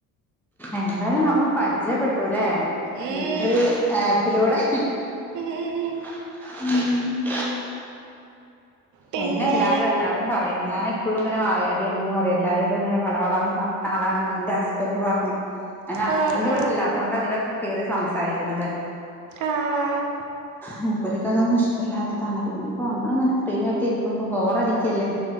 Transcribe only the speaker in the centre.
എന്തായാലും നമ്മള് പരിചയപ്പെട്ടുല്ലേ
ഇങ്ങനെരു ആപ്പിലൂടെ
ഉം
എന്നെ എല്ലാരും അല്ലാതും പറയും ഞാന എപ്പോഴും ഇങ്ങനെ വായാടിയാണ് പറയും എല്ലാരോട ഇങ്ങനെ വളവള പറഞ്ഞ ആളാണ എന്റെ ഹസ്ബൻഡറ് പറഞ്ഞ് ഹസ്ബൻന്റ്
ഇവിടല്ലാതുകൊണ്ട്
അതിലൊക്കെ കയറി സംസാരിക്കുന്നത്
മൂപ്പർക്ക് അതൊന്നും ഇഷ്ടമല്ലാത്തതാണ് പിന്നെ ഇപ്പോ നമ്മളിങ്ങനെ ഫ്രീ ആയിട്ട് ഇരിക്പോ ബോറടിക്കല്ലേ